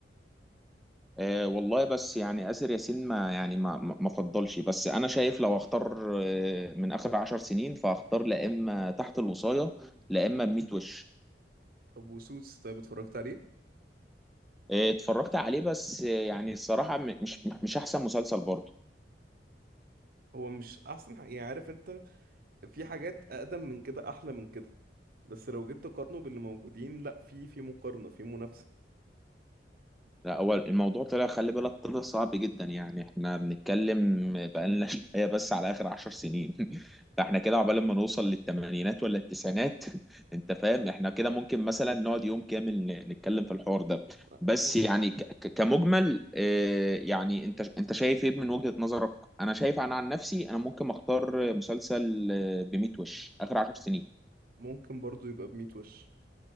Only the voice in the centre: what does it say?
آه، والله بس يعني آسر ياسين ما يعني ما ما ما فضلش بس انا شايف لو اختار آه، من اخر عشر سنين فاختار لا اما تحت الوصاية لا اما بميت وش
آه، اتفرجت عليه بس آه، يعني الصراحة م- مش مش احسن مسلسل برضه
لا هو الموضوع طلع خلي بالك طلع صعب جدا يعني احنا بنتكلم بقالنا شويه بس على اخر عشر سنين <laughs> فاحنا كده عقبال ما نوصل للثمانينات ولا التسعينات <laughs> انت فاهم احنا كده ممكن مثلا نقعد يوم كامل ن- نتكلم في الحوار ده
بس يعني ك- ك- كمجمل آه، يعني انت انت شايف ايه من وجهة نظرك انا شايف انا عن نفسي انا ممكن اختار مسلسل آه، بميت وش اخر عشر سنين